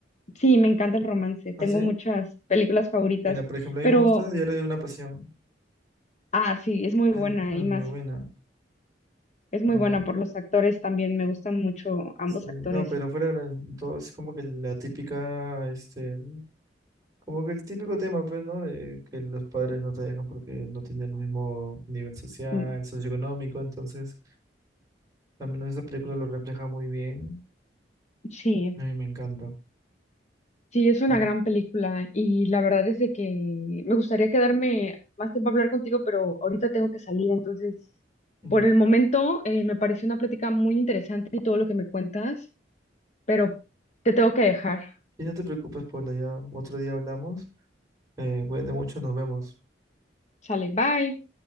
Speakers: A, on the left (about 40°); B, on the right (about 20°).
A: sí, me encanta el romance. Tengo
B: ¿Ah, sí?
A: muchas películas favoritas,
B: Mira, por ejemplo, a
A: pero,
B: mí me gusta Diario de una Pasión.
A: ah, sí, es muy
B: Es,
A: buena
B: es muy
A: y más,
B: buena.
A: es
B: Bueno,
A: muy buena por los actores también. Me gustan mucho ambos
B: sí. No,
A: actores.
B: pero fuera de todo es como que la típica, este, como que el típico tema, pues, ¿no? De que los padres no te dejan porque no tienen el mismo nivel social,
A: Mm,
B: socioeconómico, entonces Al menos esta película lo refleja muy bien.
A: Sí,
B: A mí me encanta.
A: Sí, es una
B: Ah,
A: gran película y la verdad es de que me gustaría quedarme más tiempo a hablar contigo, pero ahorita tengo que salir, entonces
B: mm.
A: por el momento eh, me pareció una plática muy interesante y todo lo que me cuentas, pero te tengo que dejar.
B: Y no te preocupes, Paula, ya otro día hablamos. Eh, cuídate mucho, nos vemos.
A: Sale, bye.